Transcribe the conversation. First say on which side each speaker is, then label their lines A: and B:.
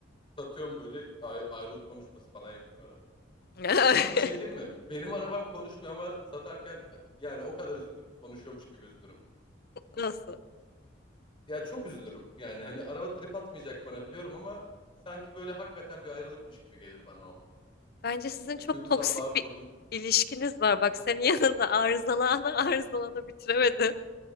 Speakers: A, on the left; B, on the left.
A: Satıyorum böyle ay- ayrılık konuşması falan yaptın arabaya.
B: <laughs>
A: Şu an bir şey diyeyim mi? Benim arabam konuşmuyor ama satarken yani o kadar üzülürüm. Konuşuyormuş gibi üzülürüm.
B: Nasıl?
A: Ya çok üzülürüm. Yani hani araba trip atmayacak bana biliyorum ama sanki böyle hakikaten bir ayrılıkmış gibi gelir bana o.
B: Bence sizin
A: Bir
B: çok
A: duygusal
B: toksik
A: bağ kurdum.
B: bir ilişkiniz var. Bak senin yanında arızalana arızalana bitiremedi.